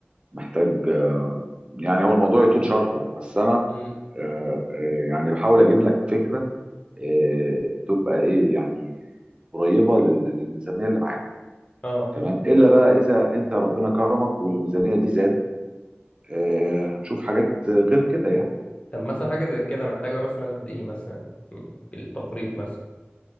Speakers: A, on the right; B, on the left.
A: محتاج يعني هو الموضوع يطول شرحه بس انا
B: امم
A: آه، آه، يعني بحاول اجيب لك فكرة آه، تبقى ايه يعني قريبة لل- للميزانية اللي معاك
B: اه
A: تمام الا بقى اذا انت ربنا كرمك والميزانية دي زادت آه، هنشوف حاجات غير كده يعني
B: طب مثلا حاجه زي كده محتاجه راس مال قد ايه مثلا بالتقريب مثلا